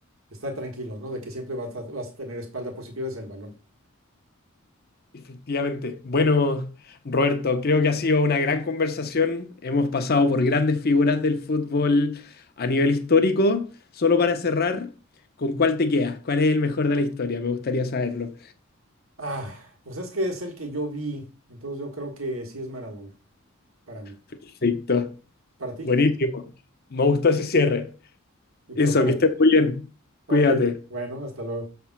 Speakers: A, on the right (about 75°); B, on the left (about 50°).
A: Estar tranquilos, ¿no? De que siempre vas a, vas a tener espalda por si pierdes el balón.
B: Efectivamente. Bueno, Roberto, creo que ha sido una gran conversación. Hemos pasado por grandes figuras del fútbol a nivel histórico. Solo para cerrar, ¿con cuál te quedas? ¿Cuál es el mejor de la historia? Me gustaría saberlo.
A: Ah, pues es que es el que yo vi, entonces yo creo que sí es Maradona, para mí.
B: Perfecto.
A: ¿Para ti?
B: Buenísimo. Me gustó ese cierre.
A: Y
B: Eso,
A: pero para
B: que estés
A: ti.
B: muy bien.
A: Ok,
B: Cuídate.
A: bueno, hasta luego.